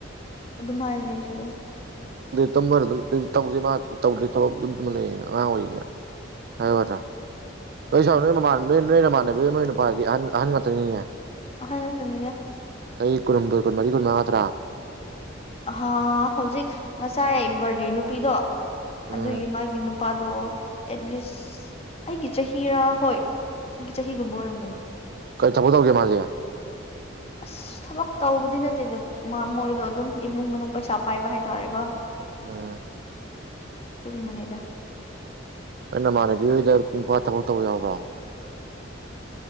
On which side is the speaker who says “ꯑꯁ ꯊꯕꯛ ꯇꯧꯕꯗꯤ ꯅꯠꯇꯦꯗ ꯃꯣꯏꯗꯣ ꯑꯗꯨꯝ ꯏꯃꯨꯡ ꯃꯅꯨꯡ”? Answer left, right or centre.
Left